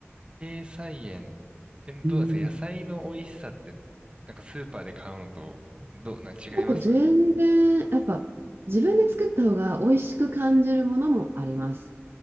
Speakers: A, on the right; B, on the right.
A: 家庭菜園、え、どうなんですか野菜の美味しさって、
B: うん。
A: なんかスーパーで買うのと、どう、な、違いますう
B: なんか全然、やっぱ自分で作った方が美味しく感じるものもあります。